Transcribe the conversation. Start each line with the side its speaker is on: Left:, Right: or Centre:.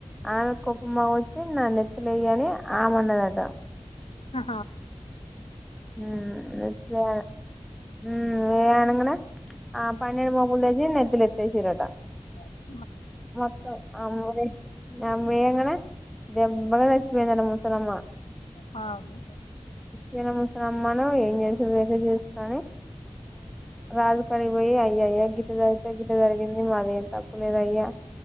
Centre: ఆమె కోపంబాగొచ్చి నా నెత్తులేయ అని ఆమన్నదడట
Left: హ
Centre: హ అకే మ్మ్ ఏయి అనంగానే ఆ పన్నెడు మోపుల్ తెచ్చి నెత్తినేతేషిరంట
Left: అ
Centre: మొత్తం ఆమమ్మ ఏయంగానే దేబ్బగా సచ్చిపోయిందంట ముసలమ్మ
Left: వామ్మో
Centre: జిన ముసలమ్మను ఏం చేస్తా నువ్వితే చేసుకొని రాజు కాడిపోయి అయ్యా అయ్యా గిట్ట గిట్ట జరిగింది మదెం తప్పు లేదయ్యా